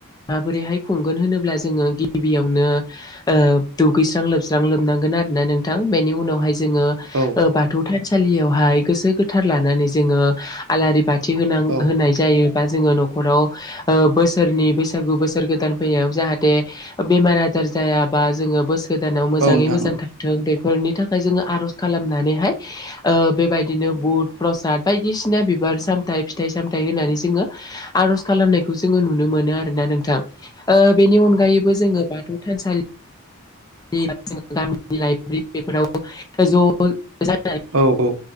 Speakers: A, on the left (about 15°); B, on the right (about 65°).
A: माबोरैहाय खुंगोन होनोब्ला जोङो गिबियावनो दुगैस्रां लोबस्रां लोबनांगोन आरोना नोंथां बेनि उनावहाय जों
B: औ
A: बाथौ थानसालियाव हाय गोसो गोथार लानानै जों आलारि बाथि होनां
B: औ
A: होनाय जायो बा जोङो न'खराव बोसोरनि बैसागु बोसोर गोदान फैनायाव जाहाथे बेमार आजार आजार जायाबा जोङो बोसोरोानाव मोजाङै
B: नोंथां
A: मोजां
B: औ नोंथां
A: थाथों फोरनि थाखाय जोङो आर'ज खालामनानैहाय बेबायदिनो बुध प्रसाद बायदिसिना बिबार सामथ फिथाइ सामथाइ होनानै जोङो आर'ज खालामनायखौ जोङो नुनो मोनो आरो ना नोंथां बेनि अनगायैबो जोङो बाथौ थानसालि जों गामिनि लाइब्रेरि बेफोराव ज'
B: औ औ